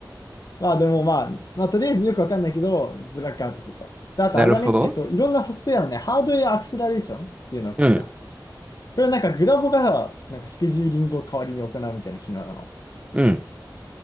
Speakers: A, on the left; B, on the right.
A: まあでもまあ、まあとりあえずよくわかんないけど、ブラックアウトすると。で、あとあれだね。
B: なるほど。
A: えっと、いろんなソフトウェアのね、ハードウェアアクセラレーションっていうのを切った。
B: うん。
A: これはなんかグラボが、なんかスケジューリングを代わりに行うみたいな機能なの。
B: うん。